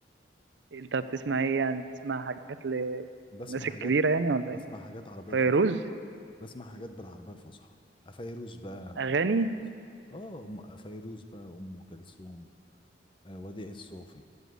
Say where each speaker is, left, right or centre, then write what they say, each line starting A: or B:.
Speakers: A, on the right (about 70°); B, on the left (about 25°).
A: انت بتسمع ايه يعني بتسمع حاجات للناس
B: بسمع
A: الكبيره
B: حاجات
A: يعني ولا
B: بسمع
A: إيه؟
B: حاجات عربية
A: فيروز
B: فصحى بسمع حاجات بالعربية الفصحى فيروز بقى أم
A: اغاني
B: كلثوم اه أم فيروز بقى أم كلثوم آه، وديع الصوفي